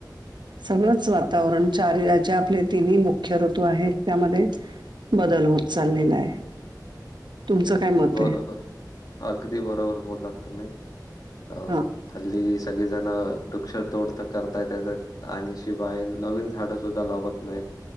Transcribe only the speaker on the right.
सगळंच वातांवरण चार जे, आपले तिन्हीं मुख्य ऋंतू आहेत. त्यांमध्ये बदल होतं चाललेलां आहे. तुमचं काय मत
आहे?
हां,